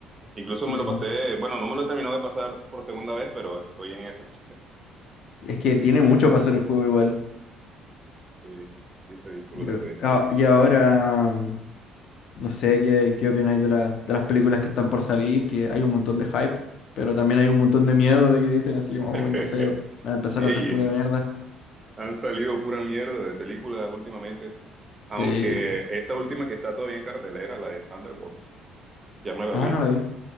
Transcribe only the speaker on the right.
Incluso
me lo
pasé, bueno, no me lo he terminado de pasar por segunda vez, pero estoy en esas. <laughs>
Sí, sí se disfruta,
se disfruta.
<laughs>
Ey,
han salido pura mierda de películas últimamente, aunque
esta última que está todavía en cartelera, la de Thunderbolts, ya me la
vi.